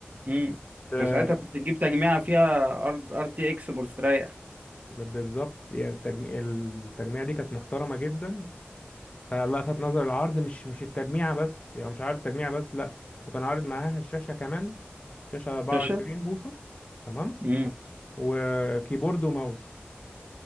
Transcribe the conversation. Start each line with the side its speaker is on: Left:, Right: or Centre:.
Right: امم
Left: آه،
Right: ده ساعتها كنت تجيب تجميعه فيها ار تي اكس مستريح
Left: بالظبط يعني التجميع التجميع دي كانت محترمة جدا فلفت نظر العرض مش مش التجميعة بس يعني هو مش عارض التجميعة بس لا وكان عارض معاها الشاشة كمان شاشة 24
Right: شاشه
Left: بوصة تمام
Right: امم
Left: وكيبورد وماوس